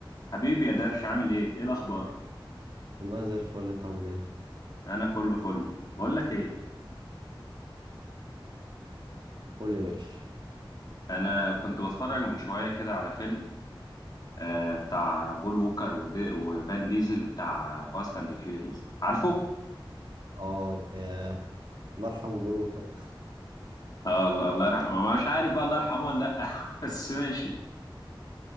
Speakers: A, on the left; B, on the right.
A: حبيبي يا درش عامل ايه ايه الاخبار
B: والله زي الفل انت عامل ايه
A: انا كله فل بقول لك ايه
B: قول لي يا باشا
A: انا كنت بتفرج من شويه كده على فيلم آه بتاع بول ووكر ودي وفان ديزل بتاع فاست اند فيوريز عارفه
B: اه ياه الله يرحمه بول ووكر ده
A: آه الله الله يرحمه ما- مش عارف بقى الله يرحمه ولا لا <laughs> بس ماشي